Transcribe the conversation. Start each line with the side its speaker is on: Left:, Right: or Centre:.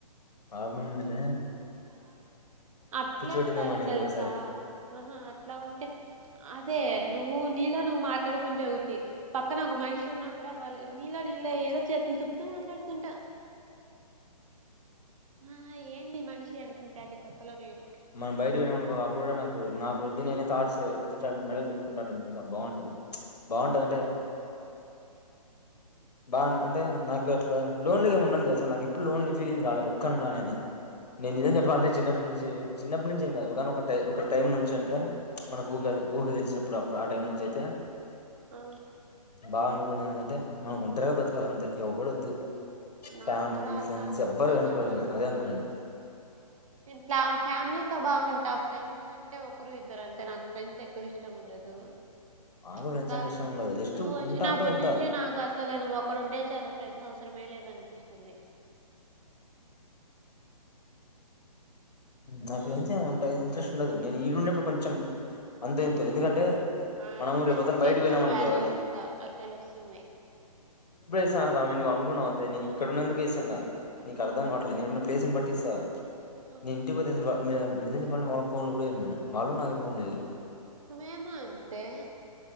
Left: ఆ మిందలే
Right: అట్లే
Left: పెట్టిందేమోని
Right: ఉండాలి తెలుసా
Left: ఒకసారి
Right: ఆహా అట్లా ఉంటే అదే నువ్వు నీలో నువ్వు మాట్లాడుకు కుంటే ఒకటి పక్కన ఒక మనిషి ఉన్నా కూడా వాళ్ళు నీళ్ళ నీళ్ళ ఏదో చేతను తుప్పుతూ మాట్లాడుతుంటా ఆ ఏంది మనిషి అనుకుంటే అండి కొత్తలో నేను
Left: మనం బయట వెళ్నామనుకో అప్పుడు కూడా నాకు నాకు వద్ది నేనే థాట్స్ ఇచ్చా మెడల్ తిప్పుకుంటాడు అంటు బాగుంటది బాగుంటదింటే బా అంటే నాకు అట్లా లోన్లు ఏమి ఉండని తెలుసా నాకు ఎప్పుడు లోన్లు ఫీలింగ్ రాలేదు ఒక్కనిని నేను నిజం చెప్పాలంటే చిన్నప్పటి నుంచి చిన్నప్పటి నుంచి ఏంకా ఒక ఒక టై ఒక టైం నుంచి అంటే మనకు
Right: ఆ
Left: ఊహ ఊహ తెలిచినప్పుడు అప్పుడు ఆ టైం నుంచి త
Right: ఆ
Left: బావను ఏంటంటే మనం ఒంటరిగా బతకాలి అంతే ఎవ్వడొద్దు
Right: నా
Left: ఫ్యామిలీ
Right: కూడా అట్లా
Left: ఫ్రెండ్స్ ఎవ్వరు
Right: నాకు
Left: అనుకోను
Right: అట్లా
Left: అదే అనుకున్నాను
Right: ఇంట్లా ఫ్యామిలీ తో బాగుంటా ఫ్రెండ్స్ అంటే ఒకరు ఇద్దరు అంతే నాకు ఫ్రెండ్స్ ఎక్కువ ఇష్టం ఉండదు
Left: నాకు
Right: ఇంకా
Left: ఫ్రెండ్స్ అంటే ఇష్టం ఉండదు జస్ట్
Right: నువ్వు వచ్చినప్పటి
Left: ఉంటా అంటే ఉంటా
Right: నుంచి నాకు అసలు నువ్ ఒక్కడు ఉంటే చాల ఫ్రెండ్స్ అవసరమే లేదని అనిపిస్తుంది
Left: నా
Right: ఆ
Left: ఫ్రెండ్స్ ఏంటా ఇంట్రెస్ట్ ఉండదు నేను ఈడు ఉన్నప్పుడు కొంచెం అంతో ఎంతో ఎందుకంటే
Right: అ
Left: మనము
Right: నువ్ ఫ్రెండ్స్
Left: రేపొద్దున
Right: కి
Left: బయటకు
Right: ఎక్కువ
Left: పోయినాం అనుకో
Right: వాల్యూ ఇస్తావ్ అది తెలు వస్తుంది
Left: నువ్ అనుకున్నావు అంతే ఇడన్నందుకు ఇస్తాం నీకు అర్థం కాట్ నేనున్న ప్లేసుస్నిట్టిస్తా
Right: ఆహా
Left: నే ఇంటికి పోతే అసలు నిజం చెప్పాలంటే మా వాళ్ళకి ఫోన్ కూడా నేను వాళ్ళు నాకేం ఫోన్లుజేయరు
Right: మేము అంతే